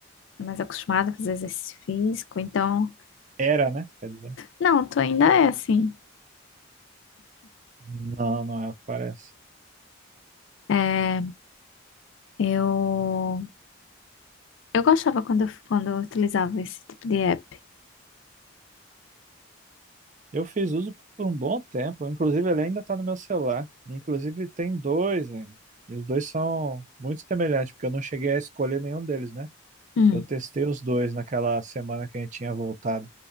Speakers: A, on the left; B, on the right.
A: é mais acostumada a fazer exercício físico, então.
B: Era, né? Quer dizer,
A: Não, tu ainda é assim.
B: não, não é o que parece.
A: É, eu, eu gostava quando eu, quando eu utilizava esse tipo de app.
B: Eu fiz uso por um bom tempo, inclusive ele ainda está no meu celular. Inclusive tem dois ainda. E os dois são muito semelhantes, porque eu não cheguei a escolher nenhum deles, né?
A: Hum,
B: Eu testei os dois naquela semana que a gente tinha voltado.